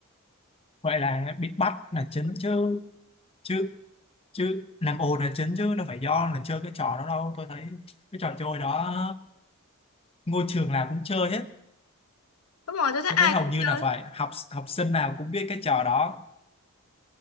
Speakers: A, on the left; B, on the left.
A: vậy là bị bắt là chính chứ. Chứ, chứ làm ồn là chính chứ. Đâu phải do là chơi cái trò đó đâu. Tôi thấy cái trò chơi đó ngôi trường nào cũng chơi hết.
B: Đúng rồi, tôi thấy
A: tôi
B: ai
A: thấy hầu
B: cũng
A: như
B: chơi
A: là phải học học sinh nào cũng biết cái trò đó